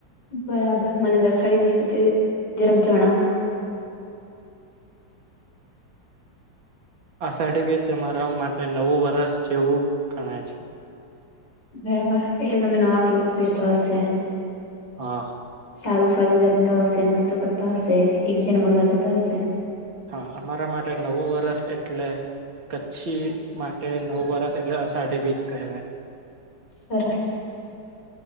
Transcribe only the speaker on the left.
બરાબર, મને દસઢી વિશે પછી જરાક જણાવો.
બરાબર, એટલે તમે નવા ક્લોથ પહેરતા હશે.
સારું, સારું, જમતા હશે, નાસ્તો કરતા હશે, એકબીજા ને મળવા જતા હશે.
સરસ.